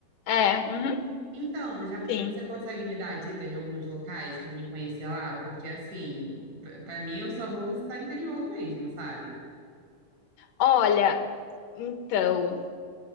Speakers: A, on the left; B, on the right.
A: É, uhum,
B: Então, já
A: sim.
B: você consegue me dar dicas de alguns locais para mim conhecer lá? Porque, assim, para mim, eu só vou visitar interior mesmo, sabe?
A: Olha, então,